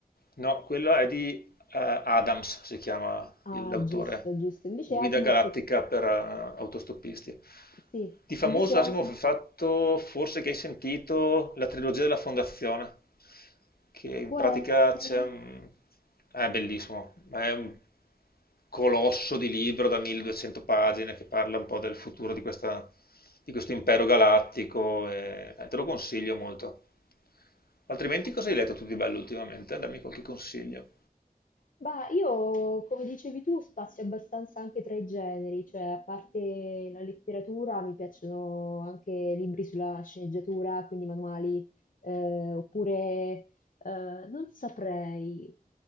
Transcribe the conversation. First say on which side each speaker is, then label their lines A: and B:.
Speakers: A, on the left; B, on the left.
A: No, quella è di eh, Adams, si chiama
B: Ah,
A: il- l'autore,
B: giusto, giusto. Invece
A: Guida
B: Asimov,
A: galattica per eh, autostoppisti.
B: sì,
A: Di famoso
B: invece Asimov
A: Asimov ha fatto, forse che hai sentito, la trilogia della Fondazione, che in
B: può
A: pratica
B: essere...
A: c'è... un- è bellissimo, ma è un colosso di libro da 1200 pagine che parla un po' del futuro di questa- di questo impero galattico e eh, te lo consiglio molto. Altrimenti cosa hai letto tu di bello ultimamente? Dammi qualche consiglio.
B: Ma io, come dicevi tu, spazio abbastanza anche tra i generi, cioè a parte la letteratura mi piacciono anche libri sulla sceneggiatura, quindi manuali, eh, oppure eh, non saprei.